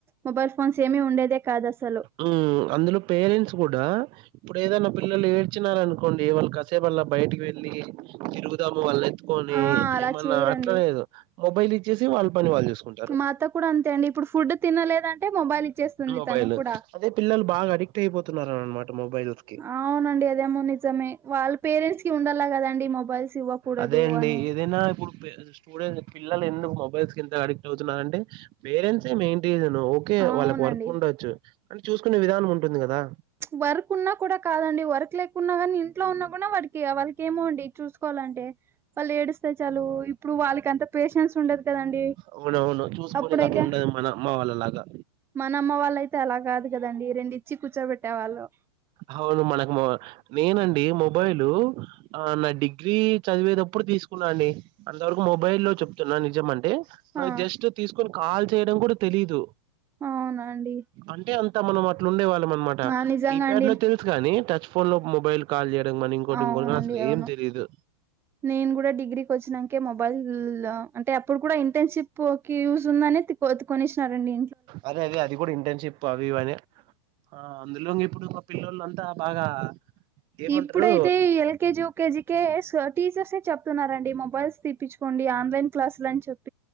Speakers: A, on the right; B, on the right.
A: మొబైల్ ఫోన్స్ ఏమీ ఉండేదే కాదు అసలు
B: ఉ అందులో పేరెంట్స్ కూడా ఇప్పుడు ఏదైనా పిల్లలు ఏడ్చినార అనుకోండి వాళ్ళు కాసేపల్లా బయటికి వెళ్ళి తిరుగుదాము వాళ్ళ ఎత్తు కుని
A: ఆ అలా
B: ఏమన్నా
A: చేయరండి
B: అట్లాలేదు మొబైల్ ఇచ్చేసి వాళ్ళ పని వాళ్ళు చూసుకుంట
A: మా అత్త కూడా అంతే అండి ఇప్పుడు ఫుడ్ తినలేదంటే మొబైల్ ఇచ్చేస్తుంది
B: మొబైల్.
A: తను కూడా
B: అదే పిల్లలు బాగా అడిక్ట్ అయిపోతున్నారు అనమాట మొబైల్స్ కి
A: అవునండి అదేమో నిజమే వాళ్ళ పేరెంట్స్ కి ఉండలా కదండి మొబైల్స్ ఇవ్వకూడదు
B: అదే అండి
A: అని
B: ఏదైన ఇప్పు స్టూడెంట్స్ పిల్లలు ఎందుకు మొబైల్స్ క ఇంత అడిక్ట్ అవుతున్నారంటే పేరెంట్స్ మెయిన్ రీజనూ ఓకే
A: అవునండి
B: వాళ్ళకి వర్క్ ఉండొచ్చు అంటే చూసుకునే విధానం ఉంటుంది కదా
A: వర్క్ ఉన్నా కూడా కాదండి వర్క్ లేకున్నా కానీ ఇంట్లో ఉన్నా కూడా వాడికి వాళ్కి ఏమోండి చూసుకోవాలంటే వాళ్ళు ఏడుస్తే చాలు ఇప్పుడు వాళ్ళకి అంత పేషెన్స్ ఉండదు కదండి
B: అవునవును చూసుకోనికి
A: అప్పుడైతే
B: అట్లా ఉండదు మన అమ్మ వాళ్ళలాగా
A: మన అమ్మ వాళ్ళ అయితే అలా కాదు కదండి రెండు ఇచ్చి కూర్చోబెట్టేవాళ్ళు
B: అవును మనకు మ నేనండి మొబైల్ ఆ నా డిగ్రీ చదివేటప్పుడు తీసుకున్నా అండి అంతవరకు మొబైల్ లో చెప్తున్నా నిజం అంటే నాకు
A: ఆ
B: జస్ట్ తీసుకొని కాల్ చేయడం కూడా తెలీదు
A: అవునాండి
B: అంటే అంత మనం అట్లు ఉండే వాళ్ళం అనమాట
A: ఆ నిజంగాండి
B: కీప్యాడ్ లో తెలుసు కాని టచ్ ఫోన్ లో మొబైల్ కాల్ చేయడం కానీ ఇంకోటి
A: అవునండి
B: ఇంకో కానీ అసలు
A: అవును
B: ఏం తెలీదు
A: నేను కూడా డిగ్రీకి వచ్చినాకే మొబైల్ అంటే అప్పుడు కూడా ఇంటర్న్షిప్ కి యూస్ ఉందనే కోత్తకొనేసినారండి
B: అదే అదే అది కూడా ఇంటేన్షిప్ అవ అనే ఆ అందులోంగ్ ఇప్పుడు ఒక పిల్లొలంత బాగా ఏమంటారు
A: ఇప్పుడైతే ఎల్కేజీ యుకేజీ కే టీచర్స్ చెప్తున్నారండి మొబైల్స్ తీప్పించుకోండి ఆన్లైన్ క్లాసులు అని చెప్